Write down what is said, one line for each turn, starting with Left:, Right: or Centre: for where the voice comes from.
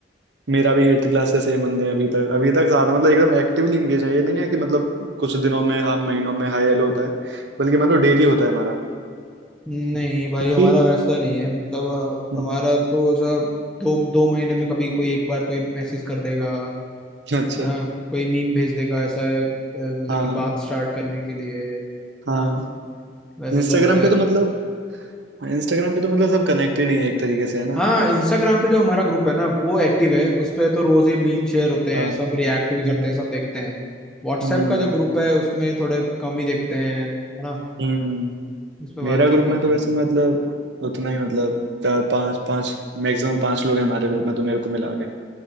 Right: मेरा भी एट्थ क्लास से सेम बंदे हैं अभी तक अभी तक साथ मतलब एकदम एक्टिवली इंगेज है ये नहीं है कि मतलब कुछ दिनों में हाँ महीनों में हाई हेलो होता है बल्कि मतलब डेली होता है हमारा
Centre: नहीं भाई हमारा
Right: कि
Centre: वैसा नहीं है मतलब ह-
Right: हम्म,
Centre: हमारा तो सब दो दो महीने में कभी कोई एक बार कोई मैसेज कर देगा
Right: अच्छा
Centre: है ना कोई मीम भेज देगा ऐसा अ, मतलब
Right: हाँ
Centre: कि बात स्टार्ट करने के लिए है
Right: हाँ
Centre: ना वैसा
Right: इंस्टाग्राम
Centre: सब होता
Right: पे
Centre: है
Right: तो मतलब इंस्टाग्राम पे तो मतलब सब कनेक्टेड ही है एक तरीके से है ना
Centre: हाँ इंस्टाग्राम पे जो हमारा ग्रुप है ना वो एक्टिव है उस पे तो रोज ही मीम शेयर होते हैं
Right: हाँ
Centre: सब रिएक्ट भी करते
Right: हम्म
Centre: हैं सब देखते हैं व्हाट्सएप
Right: हम्म
Centre: का जो ग्रुप है उसमें थोड़े कम ही देखते हैं है ना
Right: हम्म।
Centre: उस पे बातचीत
Right: मेरा ग्रुप
Centre: कम
Right: में तो
Centre: है
Right: वैसे मतलब उतना ही मतलब चार पांच पांच मैक्सिमम पांच लोग हैं हमारे ग्रुप में तो मेरे को मिला के